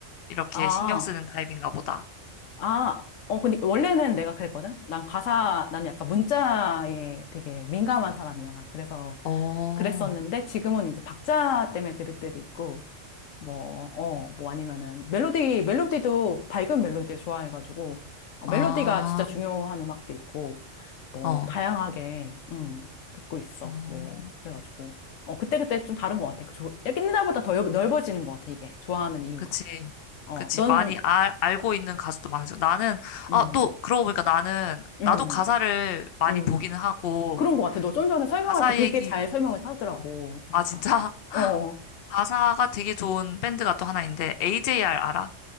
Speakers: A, on the left; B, on the left.
A: 이렇게
B: 아,
A: 신경 쓰는 타입인가 보다.
B: 아, 어, 근데 원래는 내가 그랬거든? 난 가사, 난 약간 문자에 되게 민감한 사람이야. 그래서
A: 어, 어,
B: 그랬었는데 지금은 이제 박자 때문에 들을 때도 있고 뭐, 어, 뭐 아니면은 멜로디, 멜로디도 밝은 멜로디를 좋아해가지고 어,
A: 아,
B: 멜로디가 진짜 중요한 음악도 있고 뭐
A: 어,
B: 다양하게 음, 듣고 있어.
A: 음,
B: 뭐 그래가지고 어, 그때그때 좀 다른 것 같아. 그 조, 옛날보다 더 넓- 넓어지는 것 같아 이게 좋아하는 이유가.
A: 그치.
B: 어,
A: 그치.
B: 너는
A: 많이 알, 알고 있는 가수도 많아져. 나는,
B: 음,
A: 아, 또, 그러고 보니까 나는,
B: 음,
A: 나도 가사를 많이
B: 음
A: 보기는 하고,
B: 그런 것 같아. 너 좀 전에 설명할
A: 가사
B: 때 되게
A: 얘기,
B: 잘 설명을 하더라고.
A: 어,
B: 그러니까
A: 아, 진짜? <laughs>
B: 어,
A: 가사가 되게 좋은 밴드가 또 하나 있는데, AJR 알아?